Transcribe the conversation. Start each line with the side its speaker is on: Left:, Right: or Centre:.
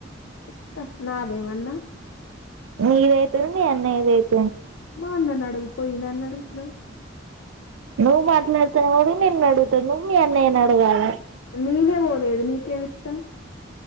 Left: ఇస్తా, నా దేమన్న.
Right: నీది అయితాది, మీ అన్నయ్యది అయిత్,
Left: మా అన్న నడుగుపోయి, నన్ను అడుగుతవ్,
Right: నువ్ మాట్లాడ్తానవ్ కాబట్టి, నిన్నడుగుతా నువ్ మీ అన్నయ్యనీ అడుగాలే.
Left: నీనే పోలేదు, నీకేమిత్త.